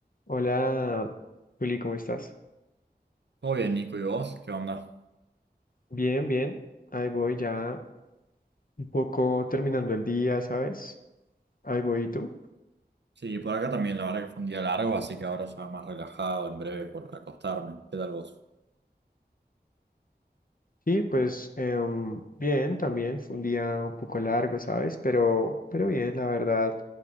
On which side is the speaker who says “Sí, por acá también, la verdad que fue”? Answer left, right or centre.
Right